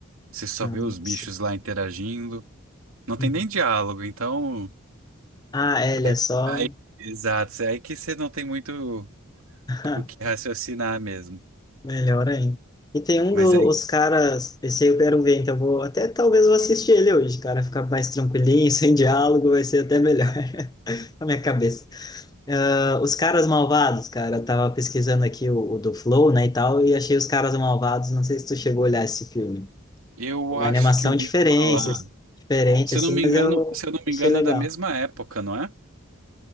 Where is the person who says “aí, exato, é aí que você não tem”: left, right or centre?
Right